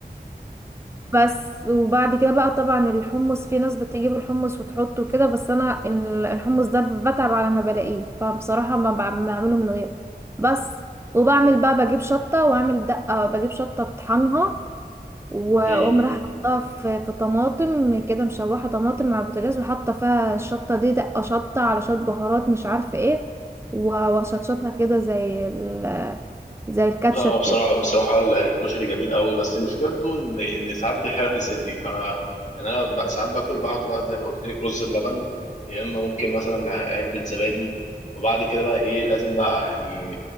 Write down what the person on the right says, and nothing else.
بس وبعد كده بقى طبعا الحمص في ناس بتجيب الحمص وتحطه كده بس انا ال- الحمص ده بتعب على ما بلاقيه فبصراحة ما بع- بعمله من غيره بس وبعمل بقى بجيب شطة واعمل دقة بجيب شطة اطحنها واقوم
راح حطها في في طماطم كده مشوحه طماطم على البوتاجاز وحاطه فيها الشطه دي دقه شطه على شويه بهارات مش عارفه ايه و- واشطشطها كده زي ال... زي الكاتشب
كده